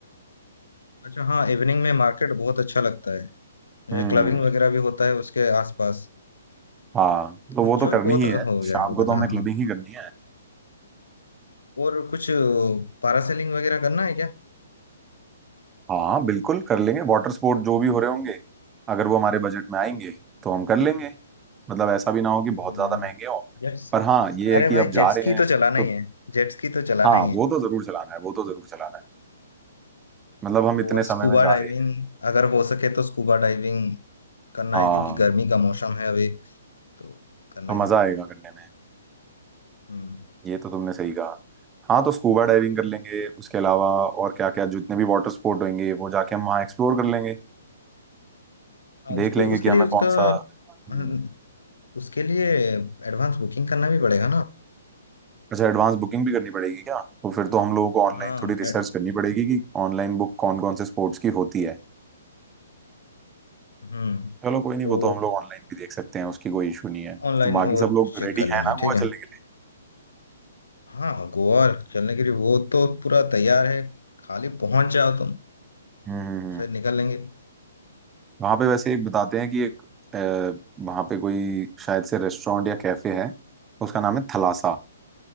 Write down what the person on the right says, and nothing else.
हम्म
हाँ तो वो
तो करनी
ही
है शाम
को तो हमें
क्लबिंग
ही करनी है
हाँ बिल्कुल कर लेंगे वाटर स्पोर्ट जो भी हो रहे होंगे अगर वो हमारे बजट में आएंगे तो हम कर लेंगे मतलब ऐसा भी ना हो कि
बहुत ज्यादा महंगे हो
पर हाँ ये
है कि
अब जा
रहे
हैं
तो
हाँ
वो तो जरूर चलाना है वो तो जरूर चलाना है मतलब हम इतने
समय
में जा
रहे हैं
हाँ
तो
मजा
आएगा करने में
ये तो तुमने सही कहा हाँ तो स्कूबा डाइविंग कर लेंगे उसके अलावा और क्या क्या जितने भी वाटर स्पोर्ट होंगे वो जाके हम वहाँ एक्सप्लोर कर लेंगे
देख लेंगे
कि हमें
कौन सा हम्म,
अच्छा एडवांस बुकिंग भी करनी पड़ेगी क्या तो फिर तो हम लोगों को ऑनलाइन
थोड़ी रिसर्च
करनी पड़ेगी कि ऑनलाइन बुक कौन कौन से स्पोर्ट्स की होती है
चलो कोई नहीं
वो तो हम लोग ऑनलाइन भी देख सकते हैं उसकी कोई इशू नहीं है
तो बाकी
सब लोग
रेडी
हैं ना गोवा
चलने के लिए
हम्म हम्म, हम्म।
वहां पे वैसे एक बताते हैं कि एक अ, वहां पे कोई शायद से रेस्टोरेंट या कैफे है उसका नाम है थलासा